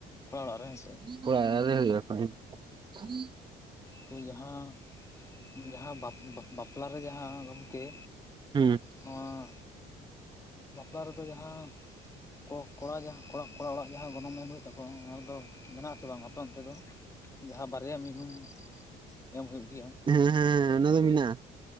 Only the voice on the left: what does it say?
ᱠᱚᱲᱟ ᱚᱲᱟᱜ ᱨᱮ ᱦᱮᱸᱥᱮ᱾
ᱛᱚ ᱡᱟᱦᱟᱸᱼᱼ ᱡᱟᱦᱟᱸ ᱵᱟᱯ ᱵᱟᱯᱞᱟ ᱨᱮ ᱡᱟᱦᱟᱸ ᱜᱚᱝᱠᱮ
ᱱᱚᱣᱟ ᱚᱸ ᱵᱟᱯᱞᱟ ᱨᱮᱫᱚ ᱡᱟᱦᱟᱸᱼᱼ ᱠᱚᱲᱟ ᱡᱟᱦᱟᱸ ᱠᱚᱲᱟ ᱠᱚᱲᱟ ᱚᱲᱟᱜ ᱠᱚ ᱠᱚ ᱠᱚᱲᱟ ᱜᱮᱦᱟᱸ ᱠᱚᱲᱟ ᱚᱲᱟᱜ ᱡᱟᱦᱟᱸ ᱜᱚᱱᱚᱝ ᱮᱢ ᱦᱩᱭᱩᱜ ᱛᱟᱠᱚᱣᱟ ᱚᱱᱟ ᱫᱚ ᱢᱮᱱᱟᱜ ᱟᱥᱮ ᱵᱟᱝᱟ ᱟᱯᱮᱚᱱᱛᱮ ᱫᱚ? ᱡᱟᱦᱟᱸ ᱵᱟᱨᱭᱟ ᱢᱤᱦᱩᱢ ᱮᱢ ᱦᱩᱭᱩᱜ ᱜᱮᱭᱟ᱾